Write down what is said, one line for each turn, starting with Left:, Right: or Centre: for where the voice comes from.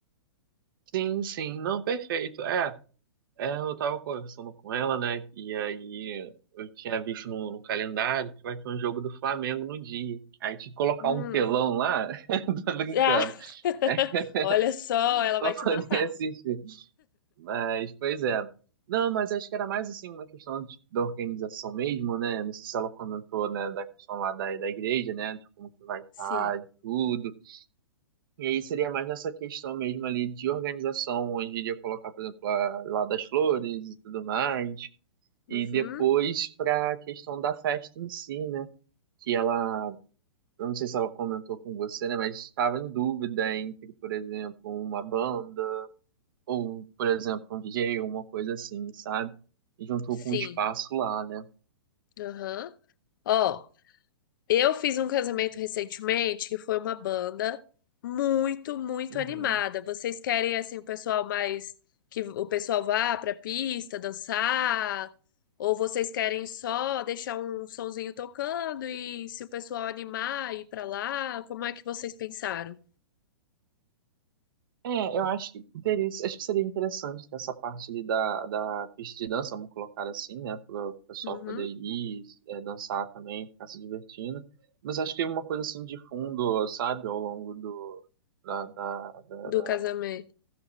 Right: Sim, sim, não, perfeito. É, é, eu tava conversando com ela, né? E aí eu tinha visto no, no calendário que vai ter um jogo do Flamengo no dia. Aí tinha que colocar
Left: Hum.
Right: um telão lá, <laughs> tô brincando.
Left: Ah, <laughs>
Right: É,
Left: olha só,
Right: <laughs>
Left: ela
Right: pra
Left: vai
Right: poder
Left: te matar.
Right: assistir. Mas, pois é. Não, mas acho que era mais assim uma questão de- da organização mesmo, né? Não sei se ela comentou, né, da questão lá da, da igreja, né? De como que vai estar
Left: Sim.
Right: e tudo. E aí seria mais nessa questão mesmo ali de organização, onde iria colocar, por exemplo, a, lá das flores e tudo mais.
Left: Uhum.
Right: E depois para a questão da festa em si, né? Que ela, eu não sei se ela comentou com você, né? Mas estava em dúvida entre, por exemplo, uma banda ou, por exemplo, um DJ, uma coisa assim, sabe? E juntou
Left: Sim.
Right: com um espaço lá, né?
Left: Aham. Ó, eu fiz um casamento recentemente que foi uma banda muito, muito
Right: Uhum.
Left: animada. Vocês querem assim o pessoal mais que o pessoal vá pra pista dançar? Ou vocês querem só deixar um sonzinho tocando e se o pessoal animar ir pra lá? Como é que vocês pensaram?
Right: É, eu acho que teria, acho que seria interessante ter essa parte ali da, da pista de dança, vamos colocar assim, né? Para o pessoal
Left: Uhum.
Right: poder ir, é, dançar também, ficar se divertindo. Mas acho que uma coisa assim de fundo, sabe, ao longo do, da, da, da, da-
Left: Do casamento,